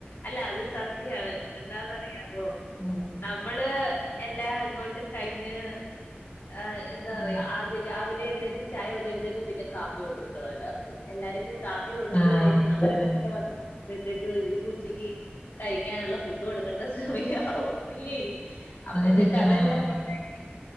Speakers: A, on the left (about 65°); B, on the left (about 40°).
A: അല്ല അത് സത്യാണ് എന്താന്നറിയാ ബോ
B: ഉം
A: നമ്മള് എല്ലാം ഇങ്ങോട്ട് കയ്ഞ്ഞ് ആഹ് എന്താ
B: ഉം
A: റയാ അതി രാവിലെ എഴുന്നേറ്റ് ചായ ഒടുതെക്ക് പിന്നെ കാപ്പി കൊടുക്കണം എല്ലാർക്കും എല്ലാർക്കും കാപ്പി കൊടുത്ത്
B: ആഹ്
A: കഴിഞ്ഞ് നമ്മൾ
B: അതന്നെ അത് തന്നെ,
A: ഗ്രൂപ്പിൽ വന്ന് പഴത്തേക്ക് ഇവര് കുച്ചിക്ക് കഴിക്കാനുള്ള ഫുഡ് കൊടുക്കേണ്ട സമയാവും ഇല്ലേ അപ്പൊതേക്ക്
B: അത് ശരിയാ
A: അതെല്ലാം
B: ആഹ്
A: ഉണ്ടാക്കി